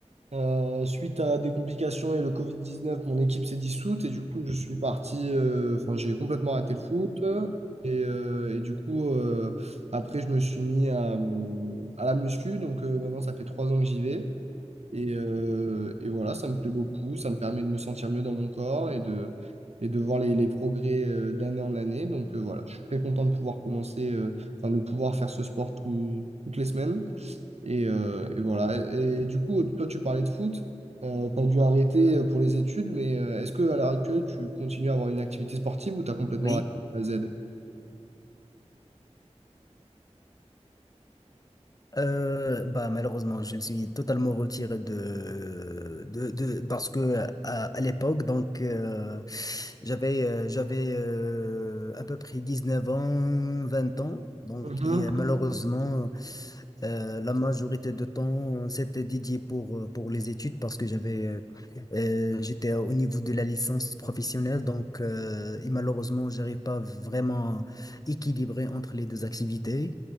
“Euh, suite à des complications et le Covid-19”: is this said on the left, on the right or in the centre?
Right